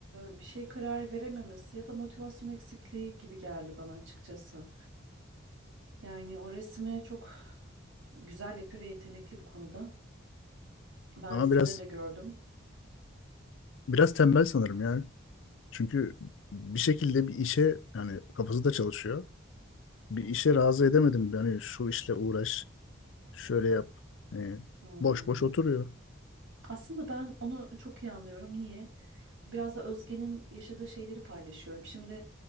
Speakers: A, on the right (about 70°); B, on the left (about 75°).
A: e, bir şey karar verememesi ya da motivasyon eksikliği gibi geldi bana açıkçası. Yani o resmi çok güzel yapıyor ve yetenekli bu konuda. Ben
B: ama
A: resimlerini
B: biraz
A: de gördüm.
B: biraz tembel sanırım ya. Çünkü bir şekilde bir işe yani kafası da çalışıyor. Bir işe razı edemedim. Yani şu işle uğraş, şöyle yap. Hani
A: Hmm.
B: boş boş oturuyor.
A: Aslında ben onu çok iyi anlıyorum. Niye? biraz da Özge'nin yaşadığı şeyleri paylaşıyorum. Şimdi